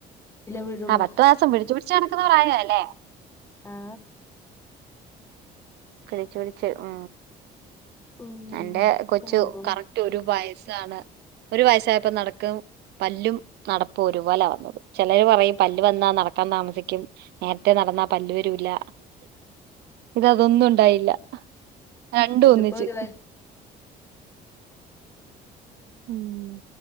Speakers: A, on the left; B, on the right.
A: വീഴുള്ളൂ
B: ആ പത്ത് മാസം പിടിച്ചു പിടിച്ച നടക്കുന്ന പറായ അല്ലേ
A: ആ
B: കൈക്ക്പിടിച്ച് ഉ
A: ഉം
B: എന്റെ കൊച്ചു
A: ഉം
B: കറക്റ്റ് ഒരു വായസ് ഒരു വയസ്സായപ്പോ നടക്കും പല്ലും നടപ്പും ഒരുപോല വന്നത് ചിലർ പറയും പല്ല് വന്നാൽ നടക്കാൻ താമസിക്കും നേ രത്തെനടന്നാ പല്ല വരൂല്ല ഇത തൊന്നും ഉണ്ടായില്ല രണ്ട
A: ഇതിപ്പോ
B: ഒന്നിച്ചു
A: ഒരു വയ
B: ഉം